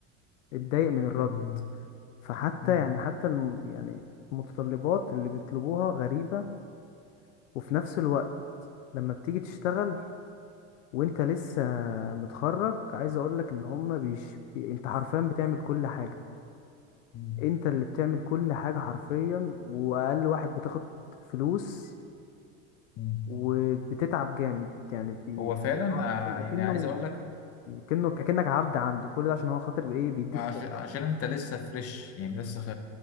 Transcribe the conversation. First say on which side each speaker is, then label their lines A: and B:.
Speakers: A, on the left; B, on the left.
A: اتضايق من الرد
B: مم.
A: فحتى
B: مم.
A: يعني حتى الم يعني المتطلبات اللي بيطلبوها غريبه وفي نفس الوقت لما بتيجي تشتغل وانت لسه متخرج عايز اقول لك ان هما بيش بي انت حرفيا بتعمل كل حاجه
B: مم.
A: انت اللي بتعمل كل حاجة حرفيا واقل واحد بتاخد فلوس
B: مم.
A: وبتتعب جامد يعني بي...
B: هو فعلا
A: هو حرفيا
B: آه، يعني
A: اكنه
B: عايز اقول لك
A: كأنه اكنك عبد عنده كل ده عشان هو خاطر بايه بيديك
B: عش-
A: خبرة
B: عشان انت لسه فريش يعني لسه خ...